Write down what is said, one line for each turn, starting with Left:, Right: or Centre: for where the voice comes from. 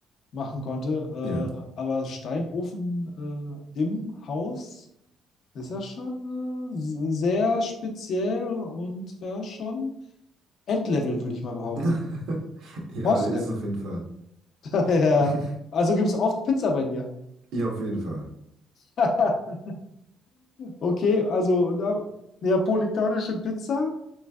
Left: machen konnte.
Right: Ja.
Left: Äh, aber Steinofen äh, im Haus ist ja schon äh, s- sehr speziell und ja schon Endlevel, würde ich mal behaupten.
Right: <laughs> Ja,
Left: Boss-Level.
Right: ist auf jeden Fall.
Left: <laughs> Ja.
Right: <laughs>
Left: Also gibt es oft Pizza bei dir.
Right: Ja, auf jeden Fall.
Left: <laughs> Okay, also na, neapolitanische Pizza,